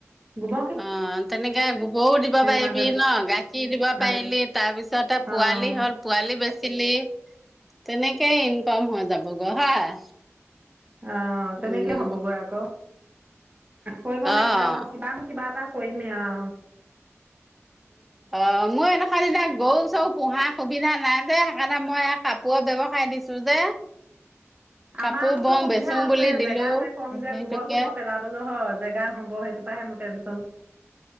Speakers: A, on the right; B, in the centre.
A: উম,
B: অ', তেনেকে গোবৰও দিব পাৰিবি
A: মাজে
B: ন। গাখীৰ দিব
A: মাজে
B: পাৰিলি তাৰ পিছতে
A: অঁ
B: পোৱালি হ'ল। পোৱালি বেচিলি তেনেকেই ইনকম হৈ যাব গৈ হয়।
A: অ', তেনেকে
B: উম
A: হ'বগৈ আকৌ কৰিব লাগিব
B: অ
A: ৰ কিবা ন কিবা কিবা এটা কৈমে আও
B: অ', মই এটা না গল চব পোহা সুবিধা নাই যে, সেইকাৰণে মই এয়া কাপোৰ ব্যৱসায় দিছো যে কাপোৰ
A: আমাৰ আকৌ
B: বওঁ
A: সুবিধা
B: বেচো
A: আছে।
B: বুলি দিলো
A: জেগা যে কম যে
B: সেইটোকে
A: গোবৰ চোবৰ পেলাবলৈ হল। জেগা হ'বেইটো পৰাে মোৰ টেনচন